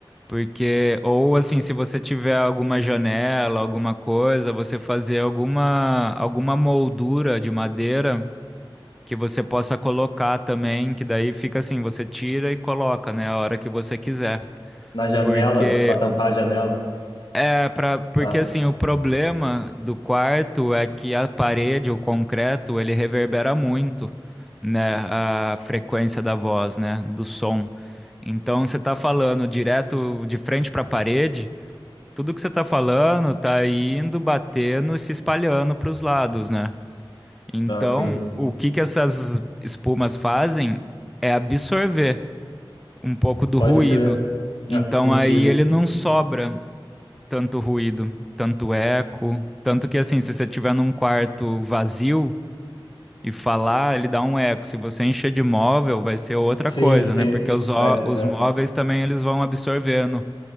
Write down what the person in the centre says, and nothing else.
Porque, ou assim, se você tiver alguma janela, alguma coisa, você fazer alguma, alguma moldura de madeira que você possa colocar também, que daí fica assim, você tira e coloca, né, a hora que você quiser.
Porque,
é pra, porque
assim, o problema do quarto é que a parede, o concreto, ele reverbera muito, né, a frequência da voz, né, do som. Então, você tá falando direto de frente para a parede, tudo que você tá falando tá indo, batendo e se espalhando para os lados, né? Então,
o que que essas espumas fazem é absorver um pouco do
ruído.
Então,
aí ele não sobra tanto ruído, tanto eco. Tanto que, assim, se você tiver num quarto vazio e falar, ele dá um eco. Se você encher de móvel, vai ser outra
coisa,
né? Porque os, ó-
os
móveis também eles vão absorvendo